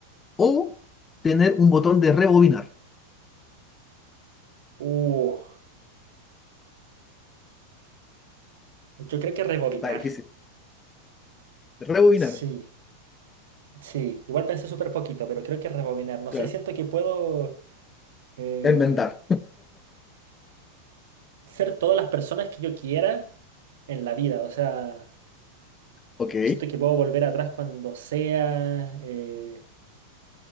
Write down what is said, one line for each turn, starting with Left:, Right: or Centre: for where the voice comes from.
Left: o tener un botón de rebobinar?
Right: Uh, yo creo que rebobinar.
Left: Está difícil. Rebobinar,
Right: Sí, sí. Igual pensé súper poquito, pero creo que rebobinar. No
Left: claro.
Right: sé, siento que puedo eh,
Left: Enmendar.
Right: ser todas las personas que yo quiera en la vida. O sea,
Left: Ok,
Right: siento que puedo volver atrás cuando sea, eh,